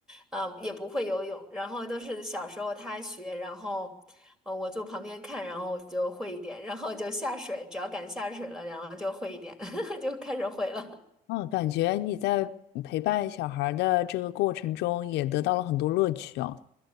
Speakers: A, in the centre; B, on the left.
A: 呃，也不会游泳，然后都是小时候他学，然后，呃，我坐旁边看，然后我就会一点，然后就下水，只要敢下水了，然后就会一点，<laughs> 就开始会了。
B: 嗯，感觉你在陪伴小孩儿的这个过程中也得到了很多乐趣哦。